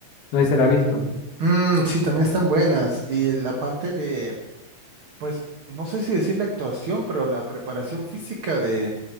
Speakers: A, on the left; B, on the right.
A: No sé si se la ha visto.
B: Mm, sí, también están buenas. Y la parte de, pues, no sé si decir la actuación, pero la preparación física de,